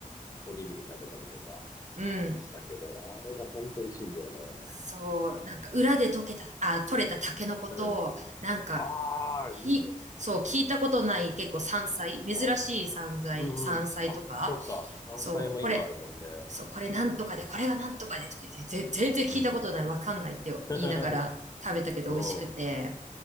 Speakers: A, on the left; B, on the right.
A: おにぎり食べたりとか
B: うん。
A: したけど、あれが本当美味しいんだよね。
B: そう、なんか裏で溶けた、あ、取れたタケノコと、
A: うん。
B: なんか、
A: ああ、
B: ひ、
A: いいね。
B: そう、聞いたことない結構山菜、珍しい山菜、
A: あ、うんうん。
B: 山菜とか、
A: あ、そっか。山菜も今あるもんね。
B: そう、これ、そう、これなんとかで、これがなんとかでとか言って、ぜ全然聞いたことない、
A: うんうん。
B: わかんないって言いながら食べたけど美味しくて、
A: <laughs> うん。う